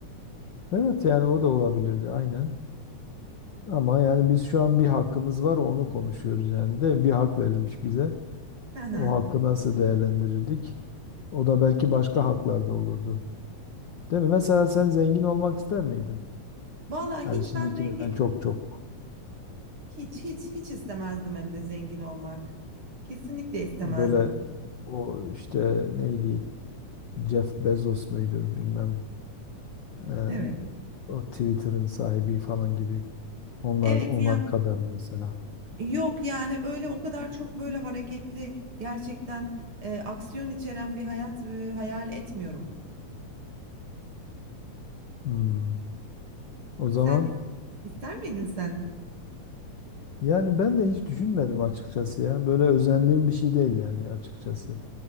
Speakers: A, on the left (about 65°); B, on the right (about 45°).
A: Evet yani o da olabilirdi aynen. Ama yani biz şu an bir hakkımız var onu konuşuyoruz yani de bir hak verilmiş bize.
B: Hı hı.
A: O hakkı nasıl değerlendirirdik? O da belki başka haklarda olurdu. Değil mi? Mesela sen zengin olmak ister miydin?
B: Vallahi
A: Yani
B: hiç
A: şimdikinden
B: ben zengin
A: çok çok.
B: Hiç hiç hiç istemezdim hem de zengin olmak. Kesinlikle istemezdim.
A: Böyle o işte neydi Jeff Bezos muydu bilmem eee,
B: Evet.
A: o Twitter'ın sahibi falan gibi onlar
B: Evet
A: onlar
B: ya
A: kadar mesela.
B: yok yani öyle o kadar çok böyle hareketli gerçekten e, aksiyon içeren bir hayat e, hayal etmiyorum.
A: Hmm. O zaman
B: Sen ister miydin sen?
A: yani ben de hiç düşünmedim açıkçası ya. Böyle özendiğim bir şey değil yani açıkçası.